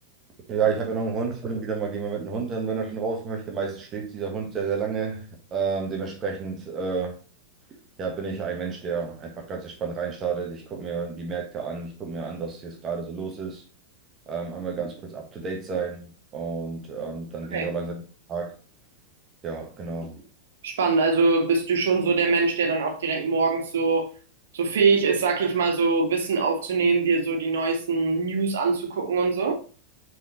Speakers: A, on the right; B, on the right.
A: Ja, ich habe ja noch einen Hund. Hin und wieder mal gehen wir mit dem Hund dann, wenn er schon raus möchte. Meistens schläft dieser Hund sehr, sehr lange. Ähm, dementsprechend äh, ja, bin ich ein Mensch, der einfach ganz entspannt reinstartet. Ich gucke mir die Märkte an, ich gucke mir an, was jetzt gerade so los ist. Ähm, einmal ganz kurz up to date sein und ähm, dann
B: Okay.
A: gehe ich auch langsam in den Tag. Ja, genau.
B: Spannend. Also bist du schon so der Mensch, der dann auch direkt morgens so, so fähig ist, sag ich mal, so Wissen aufzunehmen, dir so die neuesten News anzugucken und so?